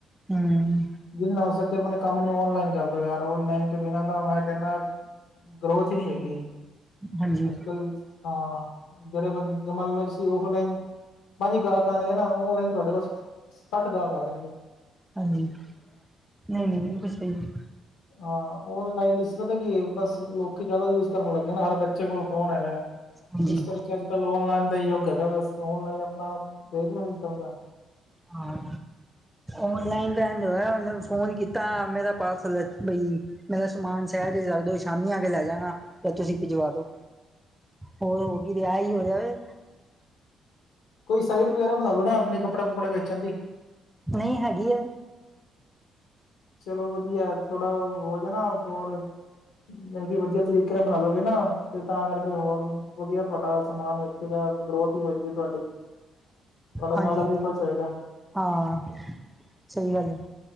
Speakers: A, in the centre; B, on the left.
A: ਹੂੰ
B: ਜਿੰਨਾ ਹੋ ਸਕੇ ਆਪਣੇ ਕੰਮ ਨੂੰ ਔਨਲਾਈਨ ਕਰ ਦੋ ਯਾਰ ਔਨਲਾਈਨ ਤੇ ਬਿਨਾਂ ਤਾ ਮੈਂ ਕੈਨਾ ਗਰੋਥ ਈ ਨੀ ਹੇਗੀ
A: ਹਾਂਜੀ
B: ਅੱਜ-ਕੱਲ੍ਹ ਹਾਂ ਜੇੜੇ ਬੰ ਜੇ ਮੰਨ ਲੋ ਤੇ ਔਫਲਾਈਨ ਪੰਜ ਗਾਹਕ ਆਨਗੇ, ਨਾ ਔਨਲਾਈਨ ਤੁਆਡੇ ਕੋਲ ਸੱਠ ਗਾਹਕ ਆ ਜਾਨਗੇ।
A: ਹਾਂਜੀ, ਨਈ -ਨਈ ਕੁਛ ਵੀ ਨਈ।
B: ਹਾਂ ਔਨਲਾਈਨ ਇਸ ਪਤਾ ਕੀ ਏ ਬਸ ਲੋਕੀ ਜਆਦਾ ਯੂਜ ਕਰਨ ਲੱਗਗੇ ਨਾ ਹਰ ਬੱਚੇ ਕੋਲ ਫੋਨ ਹੈਗੈ।
A: ਹਾਂਜੀ
B: ਇਸ ਕਰਕੇ ਅੱਜ-ਕੱਲ੍ਹ ਔਨਲਾਈਨ ਦਾ ਈ ਯੁੱਗ ਹੈਗਾ ਬਸ ਔਨਲਾਈਨ ਆਪਨਾ ਰੈਗੂਲਰ ਸਿਸਟਮ ਹੈਗਾ। <inaudible>
A: ਹਾਂ ਔਨਲਾਈਨ ਦਾ ਐਂਜ ਹੇਗਾ ਓਨੇ ਫੋਨ ਕੀਤਾ ਮੇਰਾ ਪਾਰਸਲ ਬਈ ਮੇਰਾ ਸਮਾਨ ਸੈਡ ਵਿੱਚ ਰੱਖ ਦੋ ਸ਼ਾਮੀ ਆ ਕੇ ਲੈ ਜਾਂਗਾ ਯਾ ਤੁਸੀ ਭਿਜਵਾ ਦੋ।
B: <inaudible>
A: ਹੋਰ ਔ ਕੀ ਰੇਆ ਐ ਈ ਹੋਰੇਆ ਵੇ।
B: ਕੋਈ ਸਾਈਟ ਵਗੈਰਾ ਬਣਾਲੋ ਨਾ ਆਪਨੇ ਕੱਪੜੇ -ਕੁੱਪੜੇ ਵੇਚਣ ਦੀ।
A: ਨਈ ਹੈਗੀ ਐ।
B: ਚਲੋ ਵਧੀਐ ਥੋੜਾ ਹੋ ਜੇ ਨਾ ਹੋਰ ਜਾਣੀ ਕਿ, ਵਧੀਆ ਤਰੀਕੇ ਨਾਲ ਮਨਾ ਲੋਗੇ ਨਾ। ਤੇ ਤਾਂ ਕਰਕੇ ਹੋਰ ਵਧੀਆ ਤੁਆਡਾ ਸਮਾਨ ਇੱਕ <unintelligible> ਗਰੋਥ ਈ ਹੋਏਗੀ ਤੁਆਡੀ। ਤੁਆਡਾ
A: ਹਾਂਜੀ
B: ਮਾਲਕ ਵੀ ਖੁਸ਼ ਹੋਏਗਾ।
A: ਹਾਂ ਸਈ ਗੱਲ ਏ